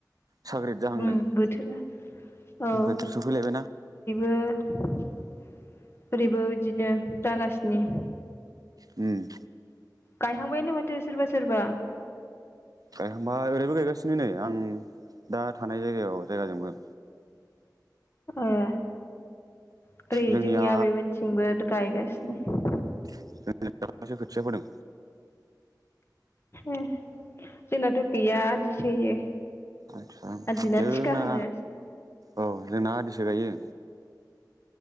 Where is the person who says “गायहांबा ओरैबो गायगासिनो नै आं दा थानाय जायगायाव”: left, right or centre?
Right